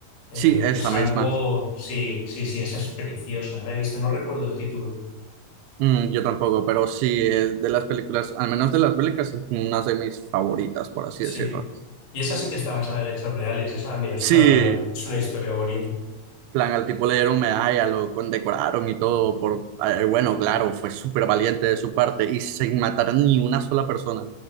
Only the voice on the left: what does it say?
eh,
que es
algo, sí, sí, sí, esa es preciosa, la he visto, no recuerdo el título,
sí.
Y esa sí que está basada en hechos reales, esa, mira, es
una, es una historia bonita.